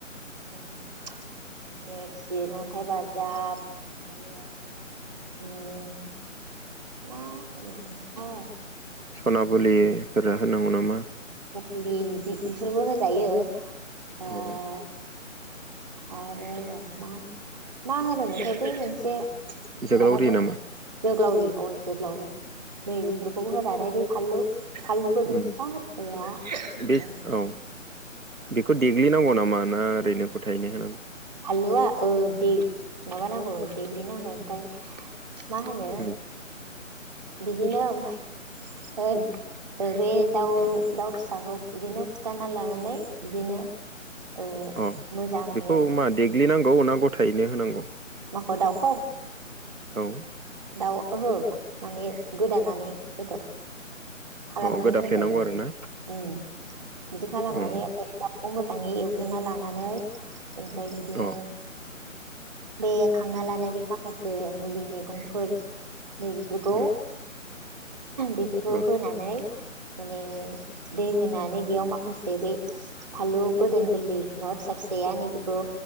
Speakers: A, on the right; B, on the right.
A: उम। नेरसिं अन्थाइ बाजाब ओमफ्रायो। उम मा होनोमोन थाय?
B: सना बुलिफोरा होनांगौ नामा?
A: फुलि बिदि बेफोरबो होजायो ओ-
B: औ
A: आरो र' मा मा होनोमोनथाय' बै मोनसे। नङाबा
B: जोगोलावरि
A: दं
B: नामा
A: ना। जोग्लावरि अ जोग्लावरि नै बेफोरखौबो होनानै बै फानलु। फानलु बोददोन
B: उम
A: फिसा फिसाया
B: बे
A: उम।
B: औ बेखौ देग्लिनांगौ नामा ना ओरैनो गथायनो होनांगौ?
A: फाललुआ ओ दे माबा नांगौ देग्लि नांगौ ओमफाय मा होनो
B: उम
A: बिदिनो ओमफाय बे दाउ दाउ फिसाखौ बिदिनो फुथना लानानै बिदिनो ओ
B: अ
A: मोजाङै
B: बेखौ मा देग्लिनांगौ ना गथायैनो होनांगौ
A: माखौ दाउखौ
B: औ
A: दाउ माने गोदानानै बेदर खालामनानै
B: अ गोदाफ्लेनांगौ
A: होजायो
B: आरो ना
A: उम बिदि खालामनानै
B: औ
A: मोजाङै एवग्रोना लानानै ओमफाय बिदिनो
B: अ
A: बे खांना लानाय
B: उम
A: बे माखासे मुलि मैगंफोर नै बेफोरखौ
B: उम
A: बेफोरखौ
B: औ
A: होनानै माने दै होनानै बेयाव माखासे बै फालु बोदोन गोरलै नर्थ साइड फिसाया नै बेेखौ